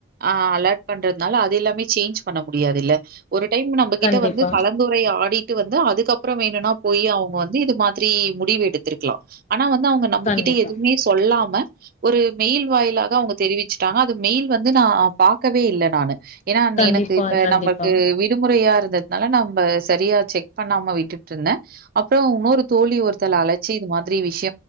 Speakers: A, on the right; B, on the left.
A: ஆஹ் அலாட் பண்றதுனால அது எல்லாமே சேஞ்ச் பண்ண முடியாது இல்ல ஒரு டைம் நம்ப கிட்ட
B: கண்டிப்பா
A: வந்து கலந்துரைய ஆடி டு வந்தா அதுக் அப்புற வேணுனா போய் அவங்க வந்து இது மாதிரி முடிவு எடுத்திருக்கலா அ னா வந்து அவங்க நம்பகிட்ட
B: கண்டிப்பா
A: எதுவுமே சொல்லாம ஒரு மெயில் வாயிலாக அவங்க தெரிவிச்சிட்டாங்க அது மெயில் வந்து நா பாக்கவே இல்ல நானு ஏன்னா
B: கண்டிப்பா
A: எனக்கு இப்ப
B: கண்டிப்பா
A: நம்பளுக்கு விடுமுறையா இருந்தது னால நம்ப செரியா செக் பண்ணாம விட்டுட்ருந்தே அப்புறோ இன்னொரு தோழி ஒருத்தல் அழச்சி இது மாதிரி விஷ்